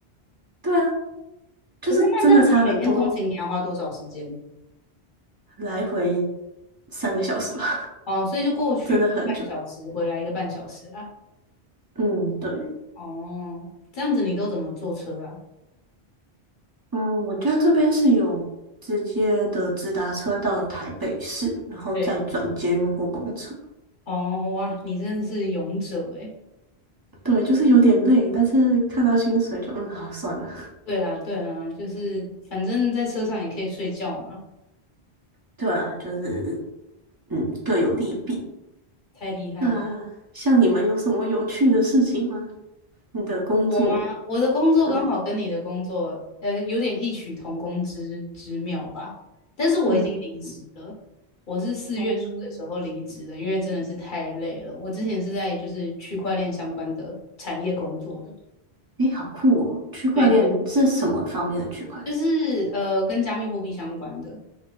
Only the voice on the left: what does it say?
可是那这样子，你每天通勤你要花多少时间？
哦，所以就过去一个半小时，
回来一个半小时啦。
哦，这样子你都怎么坐车啊？
对，哦，哇，你真的是勇者诶。
对啦，对啦，就是反正在车上也可以睡觉嘛，
太厉害了。
我吗？我的工作刚好跟你的工作，
呃，有点异曲同工之之妙吧。但是我已经离职了，
我是四月初的时候离职的，
因为真的是太累了。我之前是在就是区块链相关的产业工作的，
对，就是呃跟加密货币相关的，